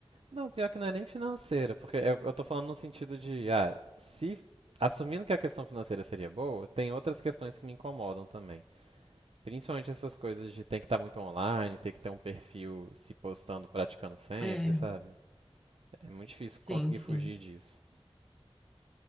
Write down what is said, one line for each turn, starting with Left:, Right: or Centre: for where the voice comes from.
Right: Não, pior que não é nem financeira, porque eu, eu tô falando no sentido de, ah, se assumindo que a questão financeira seria boa, tem outras questões que me incomodam também. Principalmente essas coisas de tem que estar muito online, tem que ter um perfil se postando, praticando sempre,
Centre: É,
Right: sabe? É muito difícil
Centre: sim,
Right: conseguir
Centre: sim.
Right: fugir disso.